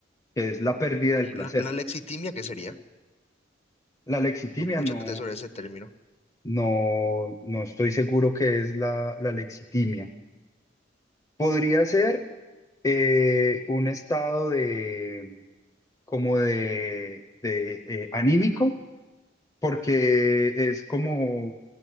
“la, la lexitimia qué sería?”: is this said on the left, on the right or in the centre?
Left